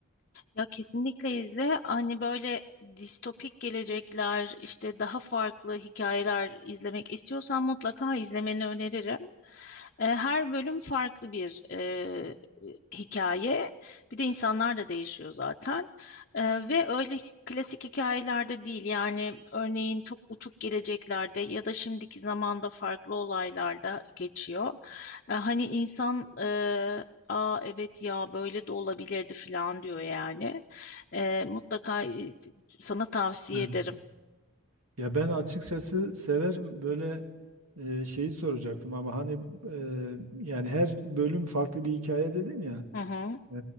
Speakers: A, on the left; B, on the right.
A: ya kesinlikle izle. Hani böyle distopik gelecekler işte daha farklı hikayeler izlemek istiyorsan mutlaka izlemeni öneririm. E, Her bölüm farklı bir e, hikaye. Bir de insanlar da değişiyor zaten. Ee, ve öyle klasik hikayelerde değil. Yani örneğin çok uçuk geleceklerde ya da şimdiki zamanda farklı olaylarda geçiyor. Ee, hani insan e, Aa evet ya böyle de olabilirdi falan diyor yani. Ee, mutlaka e, sana tavsiye
B: Evet.
A: ederim.
B: Ya ben açıkçası severim böyle e, şeyi soracaktım ama hani e, yani her bölüm farklı bir hikaye dedin ya.
A: Hı hı.
B: E,